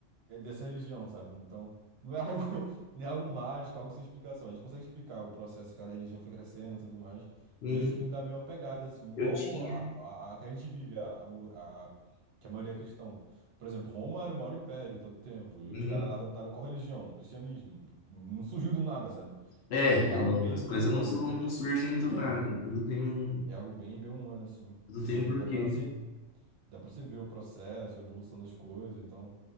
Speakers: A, on the right (about 60°); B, on the left (about 65°).
A: é, dessa religião, sabe? Então, não é <laughs> algo, não é algo mágico, algo sem explicação. A gente consegue explicar o processo que cada religião foi crescendo e tudo mais.
B: Uhum.
A: Daí isso que me dá meio uma pegada, assim, igual
B: Eu tinha.
A: a, a, a que a gente vive, a, o- a- que a maioria é cristão. Por exemplo, Roma era o maior império todo o tempo, e
B: Uhum.
A: os caras adotaram qual religião? O Cristianismo. Não surgiu do nada, sabe?
B: É,
A: Foi- É
B: tipo,
A: algo
B: não-
A: bem,
B: as coisas
A: bem humano,
B: não, são-
A: sabe?
B: não surgem do
A: Aham.
B: nada. Tudo tem um,
A: É algo bem, bem humano, assim.
B: tudo
A: E
B: tem um porquê.
A: dá pra você, dá pra você ver o processo, a evolução das coisas, então